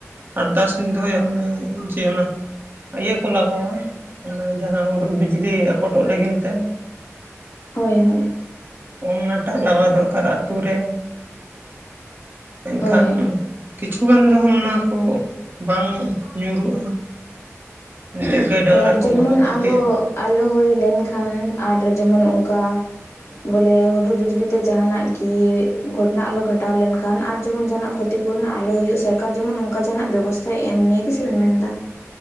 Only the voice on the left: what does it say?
ᱦᱳᱭ ᱦᱳᱭ᱾
ᱦᱳᱭ
ᱦᱳᱭ ᱟᱨ
ᱡᱮᱢᱚᱱ
ᱟᱞᱚ ᱟᱞᱚ ᱦᱳᱭ ᱞᱮᱱᱠᱷᱟᱱ ᱟᱨ ᱡᱮᱢᱚᱱ ᱚᱱᱠᱟ ᱵᱚᱞᱮ ᱦᱩᱰᱩᱨ ᱵᱤᱡᱽᱞᱤ ᱛᱮ ᱡᱟᱦᱟᱸᱱᱟᱜ ᱜᱮ ᱜᱷᱚᱴᱱᱟ ᱟᱞᱚ ᱜᱷᱟᱴᱟᱣ ᱞᱮᱱᱠᱷᱟᱱ ᱟᱨ ᱡᱮᱢᱚᱱ ᱡᱟᱦᱟᱸᱱᱟᱜ ᱠᱷᱚᱛᱤᱯᱩᱨᱱᱚ ᱟᱞᱚ ᱦᱩᱭᱩᱜ ᱥᱚᱨᱠᱟᱨ ᱡᱮᱢᱚᱱ ᱚᱱᱠᱟ ᱡᱟᱦᱟᱱᱟᱜ ᱵᱮᱵᱚᱥᱛᱷᱟᱭ ᱮᱢ ᱱᱤᱭᱮ ᱜᱮ ᱥᱮ ᱵᱮᱱ ᱢᱮᱱ ᱮᱫᱟ?